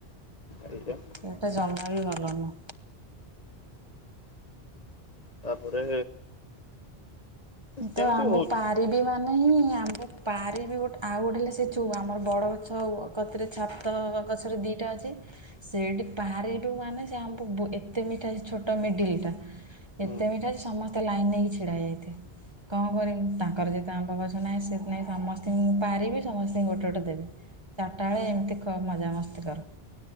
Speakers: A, on the left; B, on the right.
A: ଏଇଟେ।
B: ସେଇଟା ଜମାରୁ ଭଲ ନୁହଁ।
A: ତାପରେ।
B: ମୁଁ
A: ସେମିତି
B: ତ ଆମ୍ବୁ
A: ହଉଛି
B: ପା ରିବି ମାନେ ହିଁ ଆମ ପାରିିବି ଗୋଟେ ଆଉ ଗୋଟେ ହେଲେ ସେ ଛୁ ଆମର ବଡ଼ ଗଛ ଆଉ କତିରେ ଛାତ ଗଛରେ ଦିଇଟା ଅଛି। ସେଇଠି ପାରିବି ମାନେ ସେ ଆମକୁ ଏତେ ମିଠା ସେ ଛୋଟ ମିଡିଲ ଟା
A: ହୁଁ
B: ଏତେ ମିଠା ସମସ୍ତେ ଲାଇନ୍ ନେଇକି ଛିଡ଼ା ହେଇ ଯାଇଥିବେ। କଣ କରିବି ତାଙ୍କର ଯେତେ ଆମ୍ବ ଗଛ ନାହିଁ ସେ ନାଇଁ ସମସ୍ତଙ୍କୁ ମୁଁ ପାରିବି ସମସ୍ତଙ୍କୁ ଗୋଟେ ଗୋଟେ ଦେବି। ଚାରିଟା ବେଳେ ଏମିତି ମଜାମସ୍ତି କରୁ।